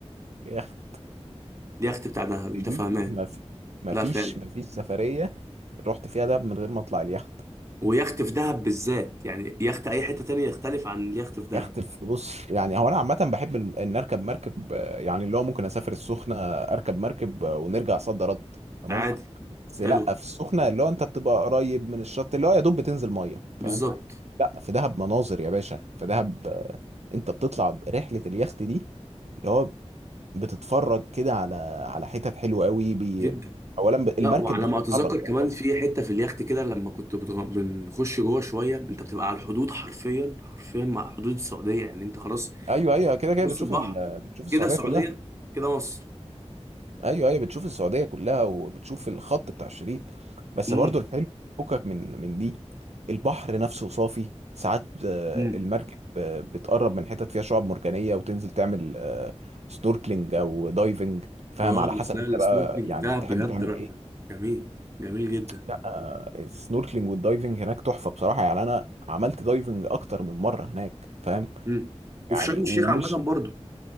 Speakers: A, on the right; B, on the right.
A: يخت
B: دي يخت بتاع دهب انت
A: دي
B: فاهمان
A: ما في ما
B: لا
A: فيش
B: فعلا
A: ما فيش سفرية رحت فيها دهب من غير ما اطلع اليخت
B: ويخت في دهب بالذات يعني يخت اي حته تانية يختلف عن اليخت في دهب
A: يخت في- بص يعني هو انا عامه بحب ال- ان اركب مركب آه، يعني اللي هو ممكن اسافر السخنه اركب مركب آه، ونرجع صد رد تمام
B: عادي
A: بس
B: حلو
A: لا في السخنه اللي هو انت بتبقى قريب من الشط اللي هو يا دوب بتنزل ميه فاهم
B: بالظبط
A: لا في دهب مناظر يا باشا في دهب آه، انت بتطلع رحله اليخت دي اللي هو بتتفرج كده على على حتت حلوه قوي بي...
B: جدا
A: اولا ب-
B: لا
A: المركب
B: وعلى
A: بتتحرك
B: ما اتذكر كمان
A: يعني طبعا
B: في حته في اليخت كده لما كنت بتغ... بنخش جوه شويه انت بتبقى على الحدود حرفيا حرفيا مع حدود السعوديه يعني انت خلاص
A: ايوه ايوه كده كده
B: نص
A: بتشوف
B: البحر
A: ال... بتشوف السعوديه
B: كده السعوديه
A: كلها
B: كده مصر
A: ايوه ايوه بتشوف السعوديه كلها وبتشوف الخط بتاع الشريط بس
B: امم
A: برضو الحلو فكك من من دي البحر نفسه صافي ساعات آه،
B: امم
A: المركب آه، بتقرب من حتت فيها شعاب مرجانيه وتنزل تعمل آه، سنوركلينج او دايفنج فاهم
B: اه
A: على
B: الس-
A: حسب
B: لا
A: انت
B: السنوركلينج
A: بقى يعني
B: بتاعها
A: تحب
B: بجد
A: تعمل
B: ر-
A: ايه
B: جميل جميل جدا
A: لا السنوركلينج والدايفنج هناك تحفه بصراحه يعني انا عملت دايفنج اكتر من مره هناك فاهم
B: امم وفي
A: يعني
B: شرم الشيخ
A: ومش
B: عامه برضو